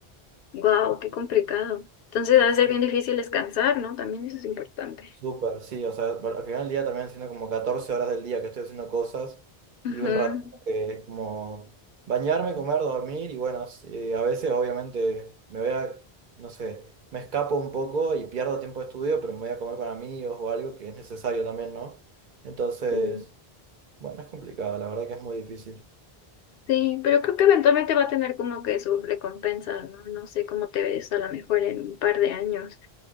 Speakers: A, on the left; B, on the right.
A: Wow, qué complicado. Entonces, va
B: Sí.
A: a ser bien difícil descansar, ¿no? También eso es importante.
B: Súper, sí, o sea, bueno, al final del día también siendo como 14 horas del día que estoy haciendo cosas
A: Ujú.
B: y un rato que es como bañarme, comer, dormir y bueno, sí, a veces obviamente me voy a, no sé, me escapo un poco y pierdo tiempo de estudio, pero me voy a comer con amigos o algo que es necesario también, ¿no? Entonces,
A: Mm.
B: bueno, es complicado, la verdad que es muy difícil.
A: Sí, pero creo que eventualmente va a tener como que su recompensa, ¿no? No sé cómo te ves a lo mejor en un par de años,